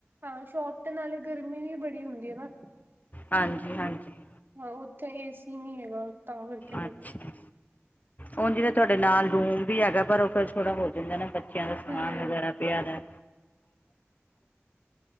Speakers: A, on the right (about 50°); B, on the left (about 35°).
A: ਅ ਸ਼ੋਪ ਤੇ, ਨਾਲੇ ਗਰਮੀ ਵੀ ਬੜੀ ਹੁੰਦੀ ਏ ਨਾ।
B: ਹਾਂਜੀ, ਹਾਂਜੀ।
A: ਹਾਂ ਉੱਥੇ ਏਸੀ ਨਹੀਂ ਹੈਗਾ। ਤਾਂ ਕਰਕੇ ਫਿਰ
B: ਅੱਛਾ। ਉੰਝ ਤੇ, ਤੁਹਾਡੇ ਨਾਲ ਰੂਮ ਵੀ ਹੈਗਾ ਪਰ ਉਹ ਫੇਰ ਥੋੜ੍ਹਾ ਹੋ ਜਾਂਦਾ ਨਾ ਬਟ। ਕਹਿੰਦਾ, ਸਮਾਨ
A: ਹੂੰ,
B: ਵਗੈਰਾ ਪਿਆ ਦੈ।
A: <inaudible>